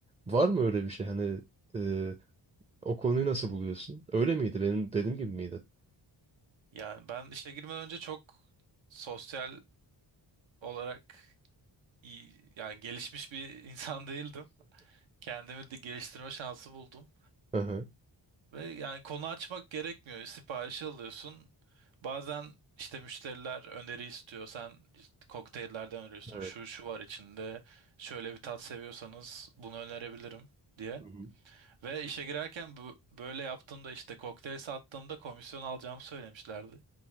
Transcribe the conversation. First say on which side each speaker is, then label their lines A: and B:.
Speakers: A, on the right; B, on the right.
A: Var mı öyle bir şey? Hani e, o konuyu nasıl buluyorsun? Öyle miydi? Benim dediğim gibi miydi?
B: Yani ben işe girmeden önce çok sosyal olarak iyi, yani gelişmiş bir <laughs> insan değildim. Kendimi de geliştirme şansı buldum.
A: Hı hı.
B: Ve yani konu açmak gerekmiyor. Siparişi alıyorsun. Bazen işte müşteriler öneri istiyor. Sen işte kokteyllerden öneriyorsun.
A: Evet.
B: Şu şu var içinde. Şöyle bir tat seviyorsanız bunu önerebilirim diye.
A: Hı hı.
B: Ve işe girerken bu, böyle yaptığımda işte kokteyl sattığımda komisyon alacağımı söylemişlerdi.